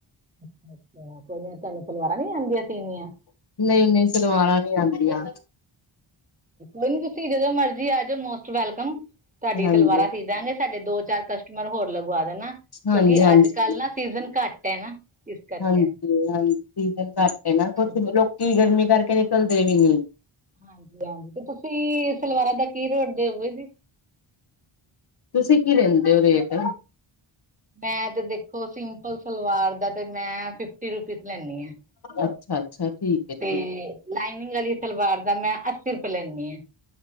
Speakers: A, on the right; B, on the left.
A: ਅੱਛਾ, ਅੱਛਾ <unintelligible> ਤਆਨੂੰ ਸਲਵਾਰਾਂ ਨੀ ਆਓਦੀਆਂ ਸੀਨੀਆਂ?
B: ਨਈ ਨਈ ਸਲਵਾਰਾਂ ਨੀ ਆਓਂਦੀਆਂ।
A: ਨਈ ਤੁਸੀਂ ਜਦੋਂ ਮਰਜੀ ਆਜੋ ਮੋਸਟ ਵੈਲਕਮ, ਤੁਆਡੀ
B: ਹਾਂਜੀ
A: ਆ ਸਲਵਾਰਾਂ ਸੀਦਾਂਗੇ। ਸਾਡੇ ਦੋ ਚਾਰ ਕਸਟਮਰ ਹੋਰ ਲਗਵਾ ਦੇਨਾ,
B: ਹਾਂਜੀ
A: ਕੇਓਕਿ
B: ਹਾਂਜੀ
A: ਆੱਜ-ਕਾੱਲ ਨਾ ਸੀਜ਼ਨ ਘਾੱਟ ਐ ਨਾ। ਇਸ ਕਰਕੇ
B: ਹਾਂਜੀ, ਹਾਂਜੀ ਸੀਜ਼ਨ ਘੱਟ ਏ ਨਾ, ਕੁਛ
A: ਹਾਂਜੀ
B: ਲੋਕੀ ਗਰਮੀ ਕਰਕੇ ਨਿਕਲਦੇ ਵੀ ਨੀ।
A: ਹਾਂਜੀ, ਹਾਂਜੀ ਤੇ ਤੁਸੀ, ਸਲਵਾਰਾਂ ਦਾ ਕੀ ਰੇਟ ਦੇਓਗੇ ਜੀ?
B: ਤੁਸੀਂ ਕੀ ਲੇਂਦੇ ਓ ਰੇਟ?
A: ਮੈਂ, ਤੇ ਦੇਖੋ ਸਿੰਪਲ ਸਲਵਾਰ ਦਾ ਤੇ ਮੈਂ, ਫਿਫਟੀ ਰੁਪੀਸ ਲੈਨੀ ਏ।
B: ਅੱਛਾ, ਅੱਛਾ ਠੀਕ ਹੈ ਠੀਕ
A: ਤੇ, ਲਾਈਨਿੰਗ ਵਾਲੀ ਸਲਵਾਰ ਦਾ ਮੈਂ ਅੱਸੀ ਰੁਪੈ ਲੈਂਨੀ ਏ।